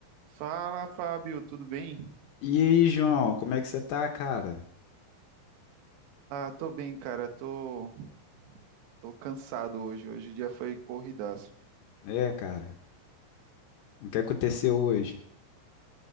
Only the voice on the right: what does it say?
Fala, Fábio, tudo bem?
Ah, tô bem, cara. Tô, tô cansado hoje. Hoje o dia foi corridaço.